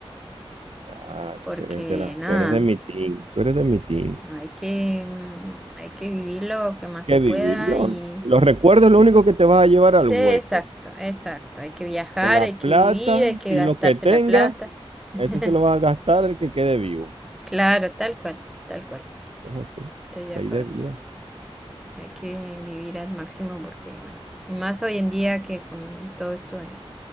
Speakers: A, on the right; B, in the centre.
A: Ah, claro,
B: porque
A: tú eres de la,
B: nada,
A: tú eres de mi team, tú eres de mi team.
B: hay que, mm, hay que vivir lo que más se
A: ¿Qué
B: pueda
A: vivirlo?
B: y...
A: Los recuerdos es lo único que te vas a llevar
B: Sí,
A: al hueco.
B: exacto, exacto, hay que viajar,
A: Que la
B: hay
A: plata
B: que vivir, hay que
A: y
B: gastarse
A: lo que tengas,
B: la plata. <laughs>
A: eso se lo va a gastar el que quede vivo.
B: Claro, tal cual, tal cual,
A: Eso es así,
B: estoy de
A: ley
B: acuerdo.
A: de vida.
B: Hay que vivir al máximo porque, bueno, y más hoy en día que con todo esto de-